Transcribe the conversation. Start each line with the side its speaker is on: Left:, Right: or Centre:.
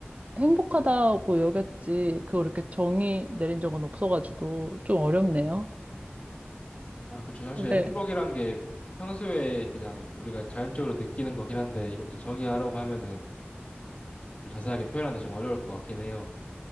Right: 행복하다고 여겼지, 그걸 이렇게 정의 내린 적은 없어가지고, 좀 어렵네요.
Left: 아, 그렇죠. 사실
Right: 네.
Left: 행복이란 게 평소에 그냥 우리가 자연적으로 느끼는 거긴 한데, 이걸 또 정의하라고 하면은 좀 자세하게 표현하는 게 좀 어려울 것 같긴 해요.